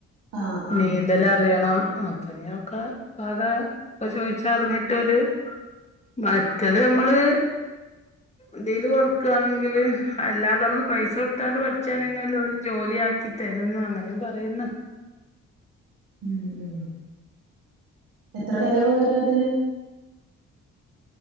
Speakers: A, on the right; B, on the left.
A: ആഹ് ആഹ്
B: നീന്തല് അറിയണം. മത്തങ്ങയൊക്കെ <unintelligible> ഇപ്പൊ ചോദിച്ചാ അറിഞ്ഞിട്ട് ഓല്. മറ്റതു നമ്മള് ഇതില് കൊടുക്കാണെങ്കില് അല്ലാതെ നമ്മള് പൈസ കൊടുത്താണ്ട് പഠിച്ചാണെന്നലോല് ജോലി ആക്കി തരൂന്ന് അങ്ങനെയും പറയുന്ന്.
A: ഉം.. ഉം എത്ര ചെലവ് വരു അതിന്?